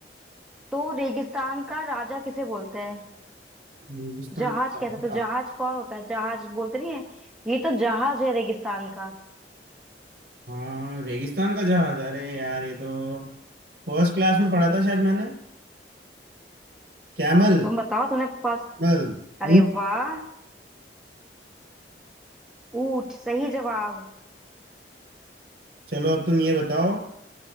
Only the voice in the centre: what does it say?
तो रेगिस्तान का राजा किसे बोलते हैं
जहाज
कैसे
तो जहाज कौन होता है जहाज बोलते नहीं है ये तो जहाज है रेगिस्तान का
तुम बताओ तुमने फर्स्ट
अरे
वाह ऊंट सही जवाब